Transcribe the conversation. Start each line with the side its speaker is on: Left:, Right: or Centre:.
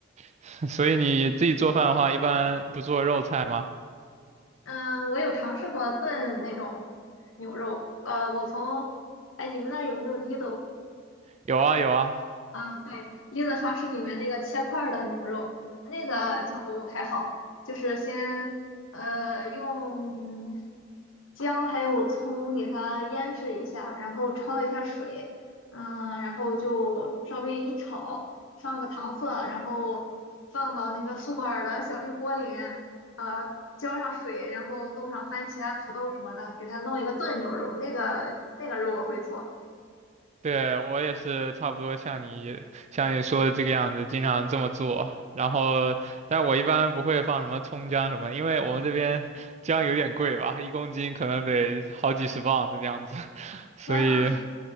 Right: <laughs> 所以你自己做饭的话，一般不做肉菜吗？
Left: 嗯，我有尝试过炖那种牛肉。呃，我从，哎，你们那儿有没有 Lidl？
Right: 有啊有啊，
Left: 啊，对，绿色超市里面那个切块儿的牛肉，那个就还好，就是先呃用姜还有葱给它腌制一下，然后焯一下水，嗯，然后就稍微一炒，上个糖色，然后放到那个苏泊尔的小绿锅里面，呃，浇上水，然后弄上番茄啊、土豆什么的，给它弄一个炖牛肉，那个那个肉我会做。
Right: 对，我也是差不多像你像你说的这个样子，经常这么做。然后，但我一般不会放什么葱姜什么的因为我们这边 <laughs> 姜有点贵吧，一公斤可能得好几十磅的这样子，<laughs> 所以
Left: 天呐！